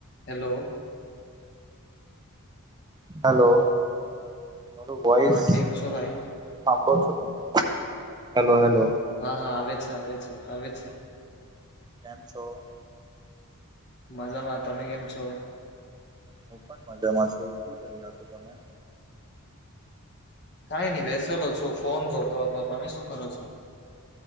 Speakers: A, on the left; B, on the right.
A: Hello
B: hello થોડું voice
A: હા કેમ છો ભાઈ
B: સાંભળો છો તમે હેલો હેલો
A: હા હા આવે છે, આવે છે, આવે છે
B: કેમ છો?
A: મજામાં. તમે કેમ છો?
B: હું પણ મજામાં છું શું કરી રહ્યા છો તમે
A: કાઈ નઈં બેસેલો છું ફોન જોતો હતો. તમે શું કરો છો?